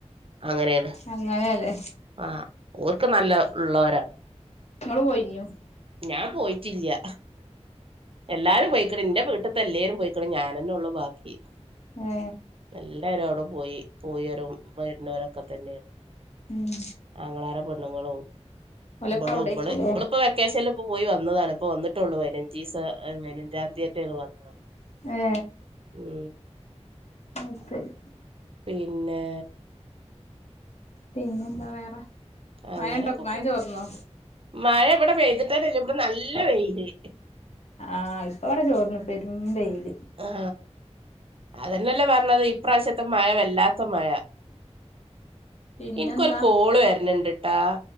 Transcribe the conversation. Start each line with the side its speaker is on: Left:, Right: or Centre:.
Right: അങ്ങനെയാണ്
Left: അങ്ങനെയല്ലേ
Right: ആ ഓ നുക്ക്‌ നല്ല ഉള്ളവരാ
Left: നിങ്ങള് പോയിനിയോ
Right: ഞാൻ പോയിട്ടില്ല എല്ലാരും പോയി ക്കണ് എന്റെ വീട്ടിത്തേ എല്ലാരും പോയിക്കണ് ഞാനെന്നേ ഒള്ളു ബാക്കി
Left: ആ
Right: എല്ലാരും അവിടെ പോയി പോയവരും വരുന്നവരൊക്കെ തന്നെയാണ്
Left: ഉം
Right: ആങ്ങളമാരും പെണ്ണുങ്ങളും
Left: ഓലൊക്കെ
Right: ഇവളും
Left: അവിടേക്കൂലേ
Right: ഇവള് ഇവളിപ്പം വെക്കേഷനില് ഇപ്പോ പോയി വന്നതാണ് ഇപ്പ വന്നിട്ടേയുള്ളൂ പതിനഞ്ച് ദിവസം പതിനഞ്ചാം തീയതിമറ്റോ ഇവൾ വന്നത്
Left: ഏ
Right: ഉം
Left: അത് ശരി
Right: പിന്നെ
Left: പിന്നെന്താ വേറെ
Right: അങ്ങനൊക്കെ
Left: മഴണ്ടോ മഴ
Right: പോണു
Left: ചോർന്നോ
Right: മഴ ഇവിടെ പെയ്തി ട്ടില്ല ഇവിടെ നല്ല വെയില്
Left: ആ ഇപ്പ ഇവിടെ തോർന്ന് പെരും വെയില്
Right: ആ അതന്നല്ലേ പറഞ്ഞത് ഈ പ്രാവശ്യത്തെ മഴ വല്ലാത്ത മഴ
Left: പിന്നെന്താ
Right: എനിക്കൊരു കോള് വരിണണ്ട് കേട്ടാ